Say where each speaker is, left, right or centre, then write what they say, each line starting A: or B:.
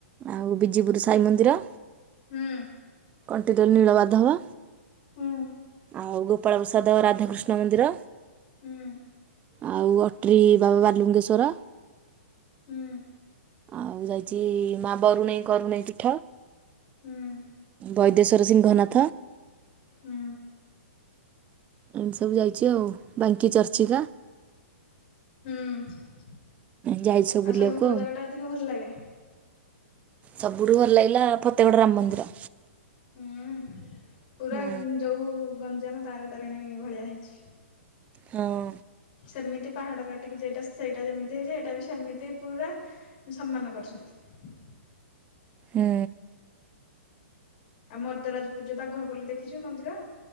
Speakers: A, on the right (about 20°); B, on the left (about 50°).
A: ଆଉ ବିଜିପୁର ସାଇ ମନ୍ଦିର।
B: ହୁଁ
A: କଣ୍ଟିରେ ନୀଳବାଧବ
B: ହୁଁ
A: ଆଉ ଗୋପାଳପ୍ରସାଦ ରାଧାକୃଷ୍ଣ ମନ୍ଦିର
B: ହୁଁ
A: ଆଉ ବାବା ବଲୁଙ୍ଗେଶ୍ଵର,
B: ହୁଁ।
A: ଆଉ ଯାଇ ମା ବରୁଣେଇ, କରୁଣେଇ ପୀଠ,
B: ହୁଁ।
A: ବୈଦେଶ୍ର ସିଂହନାଥ
B: ହୁଁ
A: ଏମିତି ସବୁ ଯାଇଛି ଆଉ, ବାଙ୍କି ଚର୍ଚ୍ଚିକା
B: ହୁଁ ଆଉ
A: ଯାଇଛି ସବୁ ବୁଲିବାକୁ
B: ସବୁଠୁ କୋଉ
A: ଆଉ।
B: ଜାଗା ଟା ଅଧିକ ଭଲ ଲାଗେ
A: ସବୁଠୁ ଭଲ ଲାଗିଲା -ଫତେଗଡ ରାମ ମନ୍ଦିର
B: ହୁଁ, ପୁରା
A: ହଁ
B: ଯୋଉ ଗଞ୍ଜାମ ତାରା ତାରିଣୀ ଭଳିଆ ହେଇଛି।
A: ହଁ
B: ସେମିତି ପାହାଡ କାଟିକି ଯଟା, ସେଇଟା ଯେମିତି ହେଇଛି ଏଇଟା ବି ସେମିତି ପୁରା ସମ୍ମାନ କରିଛି। ଛନ୍ତି
A: ହଁ
B: ଆଉ, ମର୍ଦରାଜପୁରଜ ବାଘୁଆ ପଲ୍ଲୀ ଦେଖିଛୁ ମନ୍ଦିର